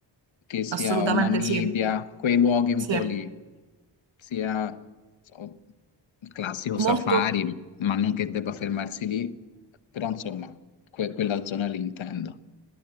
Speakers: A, on the left; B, on the right.
A: che sia
B: assolutamente
A: o Namibia,
B: sì,
A: quei luoghi un
B: sì,
A: po' lì, sia so, il classico
B: molto,
A: safari, ma non che debba fermarsi lì, però insomma, que- quella zona lì intendo.